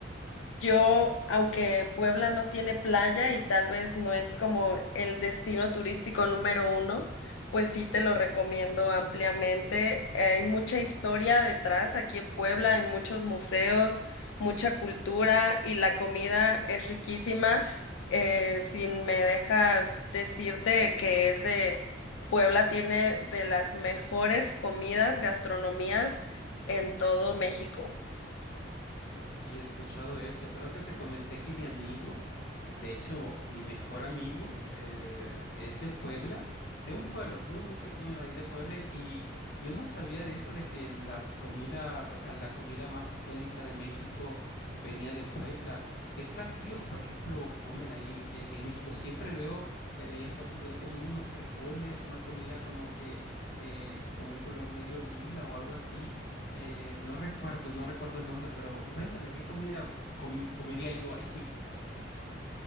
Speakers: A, on the left; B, on the left.
A: Yo, aunque Puebla no tiene playa y tal vez no es como el destino turístico número uno, pues sí te lo recomiendo ampliamente. Hay mucha historia detrás aquí en Puebla, hay muchos museos, mucha cultura y la comida es riquísima. Eh, si me dejas decirte que es de Puebla, tiene de las mejores comidas, gastronomías en todo México.
B: Y he escuchado eso. Creo que te comenté que mi amigo, de hecho, mi mejor amigo, eh, es de Puebla, de un pueblo muy, muy pequeño de ahí de Puebla. Y yo no sabía de eso, de que la comida, o sea, la comida más icónica de México venía de Puebla. ¿Qué platillos, por ejemplo, comen ahí eh, en México? Siempre veo, le veía fotos de él comiendo unos frijoles, una comida como que eh, con un color medio lila o algo así. Eh, no recuerdo, no recuerdo el nombre, pero cuéntame, ¿qué comida com- comería yo ahí? <laughs>